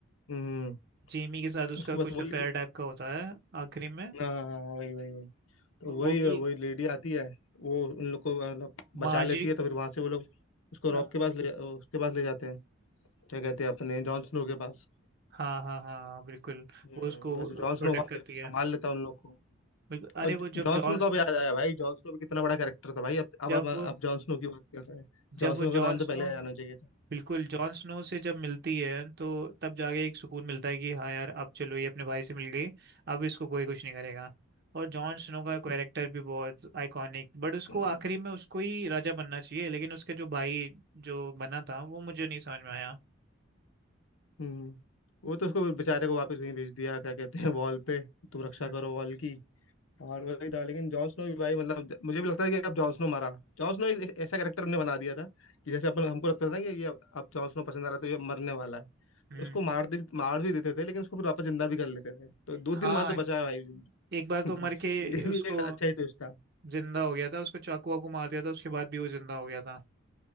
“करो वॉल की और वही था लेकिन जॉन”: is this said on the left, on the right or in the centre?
Left